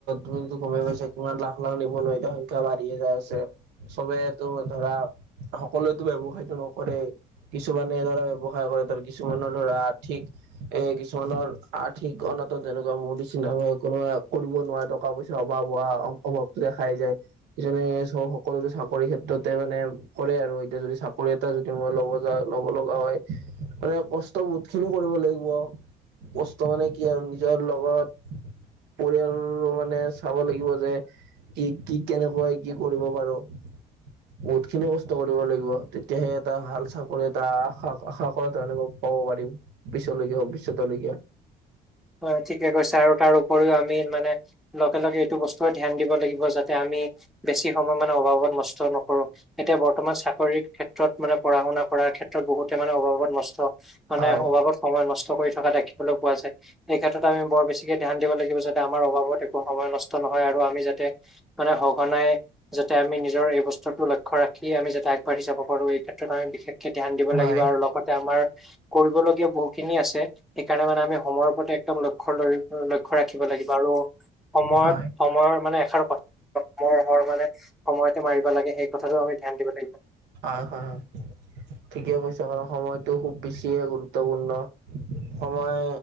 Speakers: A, on the right (about 85°); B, in the centre.
A: তুমিতো গমে পাইছা কিমান লাখ লাখ নিবনুৱা এতিয়া বাঢ়িয়ে যাই আছে, চবেইতো ধৰা সকলোটো ব্যয়ৱসায়টো নকৰে। কিছুমানে এইদৰে ব্যৱসায় কৰে ধৰা কিছুমানৰ দৰে আৰ্থিক এ কিছুমানৰ আ ৰ্থিক অনত তেনেকুৱা মোৰ নিচিনা ধৰ কোনোবা কৰিব নোৱাৰে টকা পইচাৰ অভাৱ হোৱা অভাৱতোয়ে খাই যায়। যেনে চব সকলোতে চাকৰিৰ ক্ষেত্ৰতে মানে কৰে আৰু এতিয়া যদি চাকৰি এটা যদি মই লব যাওঁ লব লগা হয় মানে কষ্ট বহুত খিনি কৰিব লাগিব। কষ্ট মানে কি আৰু নিজৰ লগত পৰিয়ালৰো মানে চাব লাগিব যে কি কি কেনেকৈ কি কৰিব পাৰো। বহুত খিনি কষ্ট কৰিব লাগিব, তেতিয়াহে এটা ভাল চাকৰি এটা আশা আশা কৰা তেওলোকক কব পাৰিম পিছলৈকে ভৱিষ্যতৰ লৈকে।
B: হয় ঠিকে কৈছে। আৰু তাৰ উপৰিও আমি মানে লগে লগে এইটো বস্তুৱে ধ্যান দিব লাগিব যাতে আমি বেছি সময় মানে অভাৱত নষ্ট নকৰো। এতিয়া বৰ্তমান চাকৰিৰ ক্ষেত্ৰত মানে পঢ়া শুনা কৰাৰ ক্ষেত্ৰত বহুতে মানে অভাৱত নষ্ট মানে
A: হয়
B: অভাৱত সময় নষ্ট কৰি থকা দেখিবলৈ পোৱা যায়। এই ক্ষেত্ৰত আমি বৰ বেছিকে ধ্যান দিব লাগিব যাতে আমাৰ অভাৱত একো সময় নষ্ট নহয় আৰু আমি যাতে মানে সঘনাই যাতে আমি নিজৰ এই বস্তটো লক্ষ্য ৰাখি আমি যাতে আগবাঢ়ি যাব পাৰো এই ক্ষেত্ৰত আমি বিশেষ ধ্যান দিব
A: হয়
B: লাগিব আৰু লগতে আমাৰ কৰিবলগীয়া বহুতখিনি আছে, সেইকাৰণে মানে আমি সময় একদম লক্ষ্য লক্ষ্য ৰাখিব লাগিব আৰু সময়ত
A: হয় হয়
B: সময়ৰ মানে এষাৰ ক থা সময়ৰ শৰ মানে সময়ত মাৰিব লাগে, সেই কথাটোও আমি ধ্যান দিব লাগিব।
A: হয় হয় ঠিকে কৈছা বাৰু, সময়টো খুব বেছিয়ে গুৰুত্বপূৰ্ণ। সময়